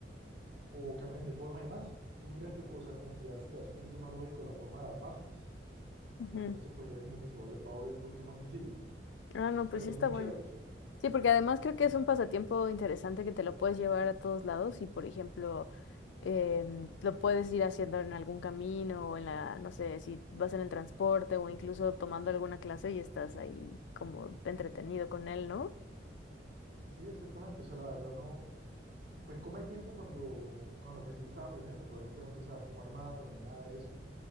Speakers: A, on the right; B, on the left.
A: o cambian de forma y demás, tú miras que, o sea, como que ya se te hace un poquito más lógico la forma de armarlos.
B: Ujú.
A: Entonces, pues ya como que se vuelve, va volviendo un poquito más sencillo.
B: Ah, no, pues
A: Pero
B: sí
A: son
B: está
A: muy
B: bueno.
A: chéveres.
B: Sí, porque además creo que es un pasatiempo interesante que te lo puedes llevar a todos lados y, por ejemplo, em, lo puedes ir haciendo en algún camino o en la, no sé, si vas en el transporte o incluso tomando alguna clase y estás ahí como entretenido con él, ¿no?
A: Sí, exactamente. O sea, la verdad no. Pues come tiempo cuando, cuando al principio estaba aprendiendo, porque obviamente no te sabes cómo armarlo ni nada de eso.